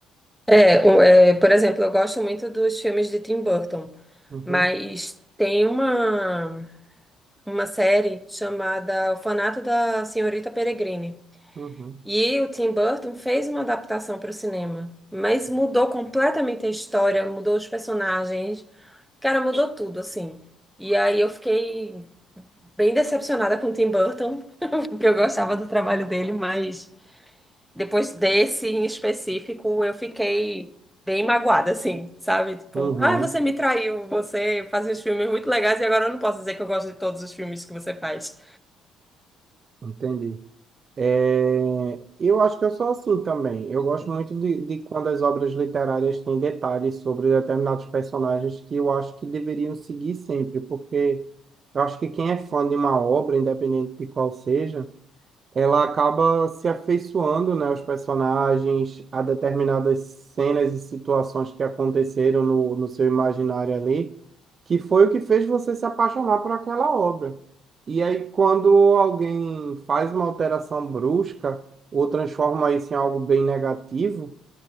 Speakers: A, in the centre; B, on the right.
A: É, o- é, por exemplo, eu gosto muito dos filmes de Tim Burton.
B: Uhum,
A: Mas tem uma, uma série chamada Orfanato da Senhorita Peregrine.
B: uhum,
A: E o Tim Burton fez uma adaptação para o cinema, mas mudou completamente a história, mudou os personagens, cara, mudou tudo, assim. E aí eu fiquei bem decepcionada com o Tim Burton, <laughs> porque eu gostava do trabalho dele, mas depois desse em específico, eu fiquei bem magoada, assim, sabe? Tipo,
B: uhum,
A: ah, você me traiu, você faz uns filmes muito legais e agora eu não posso dizer que eu gosto de todos os filmes que você faz.
B: entendi. É, eu acho que eu sou assim também. Eu gosto muito de, de quando as obras literárias têm detalhes sobre determinados personagens que eu acho que deveriam seguir sempre, porque eu acho que quem é fã de uma obra, independente de qual seja, ela acaba se afeiçoando, né, aos personagens, a determinadas cenas e situações que aconteceram no, no seu imaginário ali, que foi o que fez você se apaixonar por aquela obra. E aí, quando alguém faz uma alteração brusca ou transforma isso em algo bem negativo,